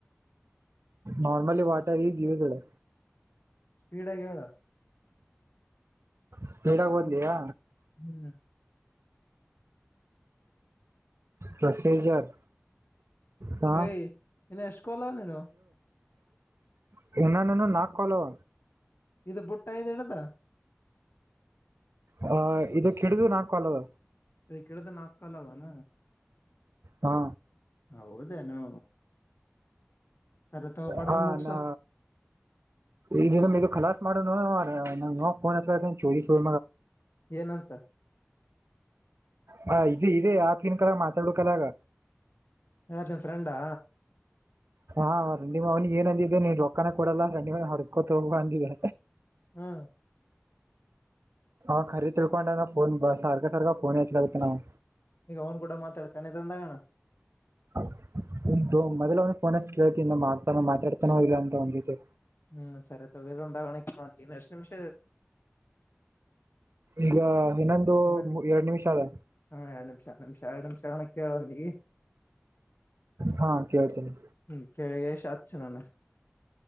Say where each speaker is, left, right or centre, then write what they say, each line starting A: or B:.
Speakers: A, on the right; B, on the left.
A: ನಾರ್ಮಲಿ ವಾಟರ್ ಈಜ ಯೂಸ್ಡ್
B: ಸ್ಪೀಡಾಗೇಳ
A: ಸ್ಪೀಡಾಗಿ ಓದಲಿಯಾ
B: ಹ್ಮ್
A: ಪ್ರೊಸೀಜರ್ ಹಾ
B: ಏ ಇನ್ನ ಸ್ಕೂಲವ್ ನಿನ್ವು
A: <unintelligible> ಇನ ನನ್ವು ನಾಲ್ಕಲಾವ.
B: ಇದು ಬುಟ್ಟ ಇದು ಇಡುದ
A: ಹ ಇದಕಿಡಿದು ನಾಲ್ಕಲವ.
B: ಇದಕಿಡುಡ್ ನಾಕಾಲವನ
A: ಹಾ
B: ಹೌದೇನು ಸರಿ ತಗೋ ಬಡನ್
A: ಹಾ
B: ಮುಗ್ಸ
A: ನಾ ಈ ಕಲಾಸ್ ಮಾಡುನು <unintelligible> ಹೇ ನಫೋನ್ ಅ ಚೋರಿ ಸ
B: ಏನಂತ
A: ಹ ಇ ಇದದೆ ಯಾವ ಕ್ಲನ್ ಕರ ಮಾತಾಡ್ಕಲ್ಲಗ
B: ಯಾರ್ ನಿನ್ ಫ್ರೆಂಡಾ
A: ಹಾ <unintelligible> ಏನ ಅಂದಿದ್ದೆ ನೀನ್ ರೊಕ್ಕಾನ ಕೊಡಲ್ಲ <inaudible> <inaudible> ಹೊಡಸ್ಕೊತ ಹೋಗ ಅಂದಿದ್ದೆ
B: ಹಾ
A: ಹಾಖರಿ ತಿಳ್ಕೊಂಡ ಫೋನ್ ಬಾ ಸಾರಕ ಸಾರಕ ಫೋನ್ ಯಚ್ಚಲತಿ ನಾವು
B: ಈಗ ಅವ್ನು ಕೂಡ ಮಾತಾಡ್ತೇನ್ ಇದೊಂದ್ ಆಗನ
A: <unintelligible> ಮೊದಲ ಅವಂಗ ಫೋನ್ಅಚ್ಚಿ ಕೇಳ್ತಿನ್ತಾನ ಮಾತಾಡ್ತಾನ ಇಲ್ಲ ಅಂತ ಅವನ್ ಜೊತೆ.
B: ಹ್ಮ್ ಸರಿ ತಗದಂದಾಗಣ ಕೇಳಂತ ಎಷ್ಟು ನಿಮಿಷ
A: ಈಗ ಇನ್ನೊಂದು
B: <unintelligible>
A: ಎರಡ್ ನಿಮಿಷ ಅದ
B: ಹ ಎರಡ್ ನಿಂಶ ನಿಮಿಷ ಎರಡ್ ನಿಂಶ ಅಗನ ಕೇಳಿಂತಿಗಿ <unintelligible>
A: ಹಾ ಕೇಳ್ತೀನಿ
B: ಹ್ಮ ಕೆಳಗೆಸಿ ಅಚ್ಚ ನನಗ್